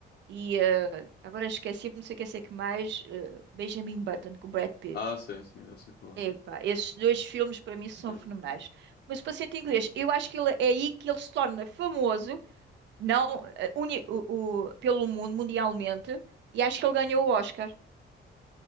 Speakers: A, on the right; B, on the left.
A: e eh, agora esqueci-me, não sei o que sei que mais, eh, Benjamin Button com o Brad Pitt.
B: Ah, sim, sim, já sei qual
A: Epá,
B: é.
A: esses dois filmes para mim
B: Certo,
A: são fenomenais. Mas o Paciente Inglês, eu acho que ele, é aí que ele se torna famoso, não eh, uni- o- o- pelo mundo, mundialmente, e acho que ele ganhou o Oscar.